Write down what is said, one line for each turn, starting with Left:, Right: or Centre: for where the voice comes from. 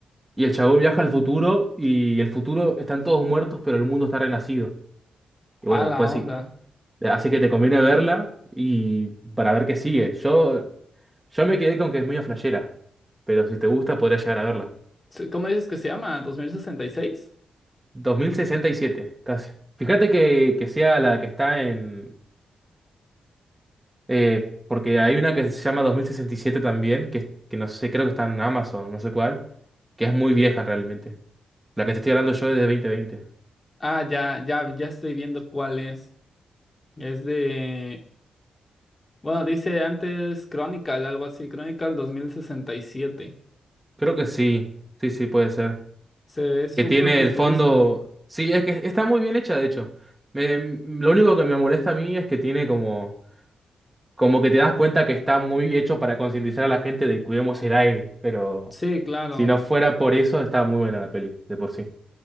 Right: Y el chabón viaja al futuro y el futuro están todos muertos, pero el mundo está renacido. Y
Left: a
Right: bueno,
Left: la
Right: después
Left: onda.
Right: sí, así que te conviene verla y para ver qué sigue. Yo, yo me quedé con que es muy flashera, pero si te gusta podrías llegar a verla.
Left: Se- ¿Cómo dices que se llama? 2066.
Right: dos mil sesenta y siete casi. Fíjate que, que sea la que está en... eh, porque hay una que se llama dos mil sesenta y siete también, que, que no sé, creo que está en Amazon, no sé cuál, que es muy vieja realmente. La que te estoy hablando yo es de dos mil veinte
Left: Ah, ya, ya, ya estoy viendo cuál es. Es de, bueno, dice antes Chronicle, algo así, Chronicle 2067.
Right: Creo que sí, sí, sí, puede ser.
Left: Se ve súper
Right: que tiene
Left: futurista.
Right: el fondo. Sí, es que está muy bien hecha, de hecho. Me- lo único que me molesta a mí es que tiene como, como que te das cuenta que está muy hecho para concientizar a la gente de cuidemos el aire, pero
Left: Sí, claro.
Right: si no fuera por eso, está muy buena la peli, de por sí.